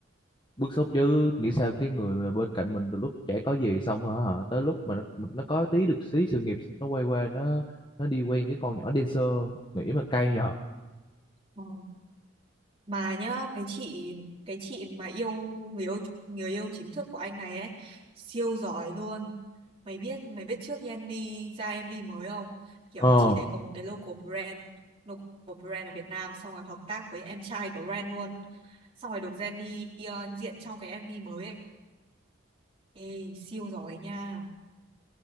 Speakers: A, on the left; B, on the right.
A: Bức xúc chứ, nghĩ sao cái người mà bên cạnh mình từ lúc trẻ có gì xong hả, hả? Tới lúc mà nó, nó có tí được xí sự nghiệp, nó quay qua nó nó đi quen cái con nhỏ dancer, nghĩ mà cay nhờ.
B: Ờ. Mà nhá, cái chị cái chị mà yêu người yêu người yêu chính thức của anh này ấy, siêu giỏi luôn. Mày biết mày biết trước Yanmi ra MV mới không? Kiểu
A: Ờ,
B: chị đấy có một cái local brand, local brand ở Việt Nam xong rồi hợp tác với em trai của Ren luôn. Xong rồi được Jenny diện trong cái MV mới ấy. Ê, siêu giỏi nha.